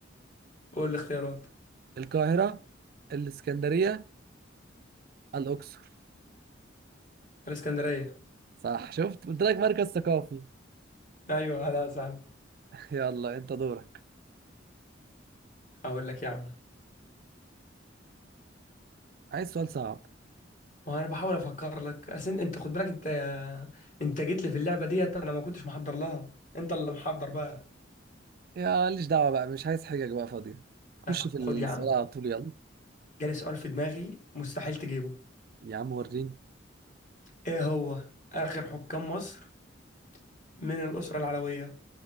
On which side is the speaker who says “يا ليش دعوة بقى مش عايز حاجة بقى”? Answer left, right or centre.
Right